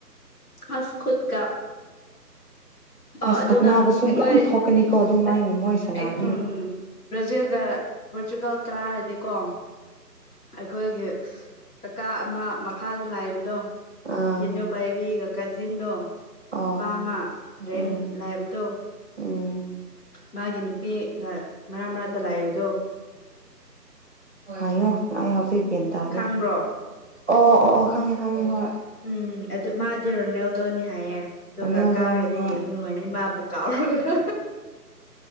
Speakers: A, on the left (about 60°); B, on the right (about 40°).
A: ꯑꯁ ꯈꯨꯨꯠꯇꯥ ꯑꯣ
B: ꯑꯁ
A: ꯑꯗꯨꯒ
B: ꯈꯠꯅꯕꯁꯨ
A: ꯑꯩꯈꯣꯏ
B: ꯌꯥꯝ
A: <unintelligible>
B: ꯊꯣꯛꯀꯅꯤꯀꯣ ꯑꯗꯨꯝ ꯃꯥꯏꯅ ꯃꯣꯏ ꯁꯅꯥꯔꯗꯤ
A: ꯎꯝ ꯕ꯭ꯔꯥꯖꯤꯜꯒ ꯄꯣꯔꯇꯨꯒꯜ ꯀꯥꯔꯗꯤꯀꯣ ꯑꯩꯈꯣꯏꯒꯤ ꯀꯥꯀꯥ ꯑꯃꯥ ꯃꯈꯥꯗ ꯂꯥꯏꯕꯗꯣ
B: ꯑꯥ
A: ꯀꯩꯅꯣ ꯄꯥꯏꯕꯤꯒ ꯀꯥꯖꯤꯟꯗꯣ ꯅꯨꯄꯥ
B: ꯑꯣ
A: ꯑꯃꯥ ꯔꯦꯟ
B: ꯎꯝ
A: ꯂꯩꯕꯗꯣ
B: ꯎꯝ
A: ꯃꯥꯒꯤ ꯅꯨꯄꯤꯒ ꯃꯔꯥꯛ ꯃꯔꯥꯛꯇ ꯂꯥꯛꯑꯦꯕꯗꯣ
B: ꯍꯥꯏꯌꯣ ꯑꯩ ꯍꯧꯖꯤꯛ ꯒꯦꯟ ꯇꯥꯗꯦ
A: ꯈꯪꯕ꯭ꯔꯣ
B: ꯑꯣ ꯑꯣ ꯑꯣ ꯈꯪꯉꯦ ꯈꯪꯉꯦ ꯍꯣꯏ
A: ꯎꯝ ꯑꯗꯨ ꯃꯥꯗꯤ ꯔꯣꯅꯦꯜꯗꯣꯅꯤ ꯍꯥꯏꯌꯦ ꯑꯗꯨꯒ
B: ꯔꯣꯅꯦꯜꯗꯣꯅꯦ
A: ꯀꯥꯔꯗꯤ
B: ꯍꯣꯏ
A: ꯌꯦꯡꯕ ꯅꯨꯡꯉꯥꯏꯅꯤ ꯃꯥꯕꯨ ꯀꯥꯎꯔꯒ